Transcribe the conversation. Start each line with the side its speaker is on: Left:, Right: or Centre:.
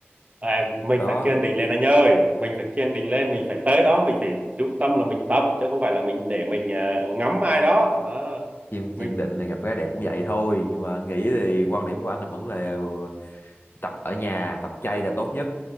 Right: em mình
Left: đó
Right: phải kiên định lên anh ơi mình phải kiên định lên mình phải tới đó mình phải chú tâm là mình tập chứ không phải là mình để mình ờ, ngắm ai đó đó
Left: Chim
Right: mình
Left: kiên định là gặp gái đẹp cũng vậy thôi nhưng mà anh nghĩ thì quan điểm của anh vẫn là tập ở nhà tập chay là tốt nhất